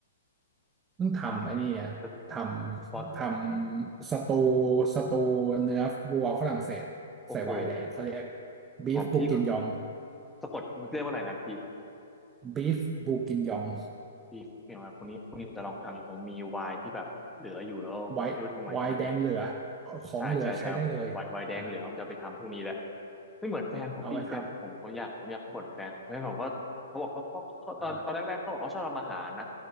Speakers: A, on the right; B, in the centre.
A: ต้องทำไอ้นี่อะทำทำสตู
B: เฉพาะ
A: สตูเนื้อวัวฝรั่งเศสใส่ไวน์แดงเขาเรียก
B: โอ้โห
A: บีฟบูกินยอง
B: ของพี่ก็สะกดมันเรียกว่าอะไรนะพี่
A: บีฟบูกินยอง
B: พี่อย่างไรพวกนี้พวกนี้ผมจะลองทำอยู่ผมมีวายที่แบบเหลืออยู่แล้วไม่รู้ทำไมมัน
A: ไวน์ไวน์แดงเหลือของเหลือใช้ได้เลยเออ
B: ใช่ใช่ใช่ไวน์ไวน์แดงเหลืองจะไปทำพรุ่งนี้แหละไม่เหมือนแฟนผมพี่แฟนผมผมอยากผมอยากบ่นแฟนผมแฟนผมก็เขาบอกเขาเขาเขาตอนตอนแรกๆเขาบอกเขาชอบทำอาหารนะ
A: เอาไปทำอ่า